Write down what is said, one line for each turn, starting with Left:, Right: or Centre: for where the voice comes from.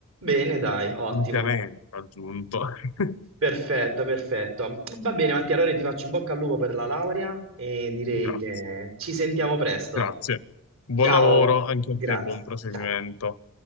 Right: Bene, dai, ottimo.
Left: ampiamente raggiunto. <laughs>
Right: Perfetto, perfetto. Va bene, Mattia, allora ti faccio in bocca al lupo per la laurea e direi
Left: Grazie,
Right: che ci sentiamo presto.
Left: grazie. Buon
Right: Ciao,
Left: lavoro anche
Right: grazie.
Left: a te, buon proseguimento.
Right: Ciao.